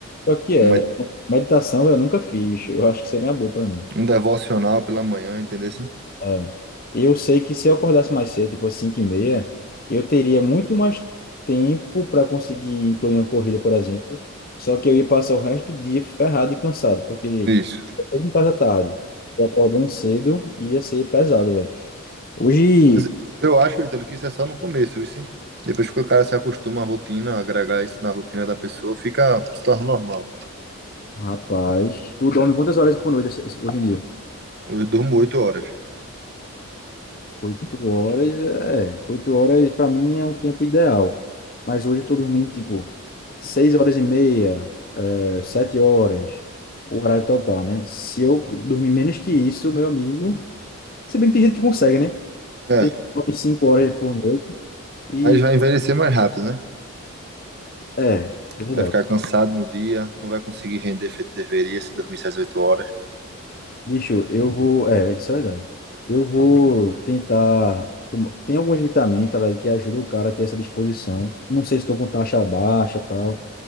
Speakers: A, on the left; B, on the right.
A: Só que é,
B: um, med-
A: meditação eu nunca fiz, eu acho que seria uma boa pra mim.
B: um devocional pela manhã, entendeu? assim?
A: É. Eu sei que se eu acordasse mais cedo, tipo às 5h30, eu teria muito mais tempo para conseguir incluir uma corrida, por exemplo. Só que eu ia passar o resto do dia ferrado e cansado, porque
B: Isso.
A: eu em casa tarde e acordando cedo ia ser pesado, velho. Hoje,
B: Mas eu acho, Ítalo, que isso é só no começo, viu? sim? Depois que o cara se acostuma à rotina, agregar isso na rotina da pessoa, fica, se torna normal.
A: rapaz, tu dorme quantas horas por noite essa- essa- hoje em dia?
B: Eu durmo 8 horas.
A: Oito horas, é. Oito horas para mim é um tempo ideal. Mas hoje eu tô dormindo tipo seis horas e meia, é, sete horas, o horário total, né? Se eu dormir menos que isso, meu amigo. Se bem que tem gente que consegue, né?
B: É,
A: Tem gente que dorme cinco horas por noite e.
B: Mas vai envelhecer mais rápido, né?
A: É, verdade.
B: Vai ficar cansado no dia, não vai conseguir render feito deveria se dormir 6, 8 horas.
A: Bicho, eu vou. É, isso é verdade. Eu vou tentar. tomar- Tem algumas vitaminas, tá, velho, que ajudam o cara a ter essa disposição. Não sei se estou com taxa baixa e tal.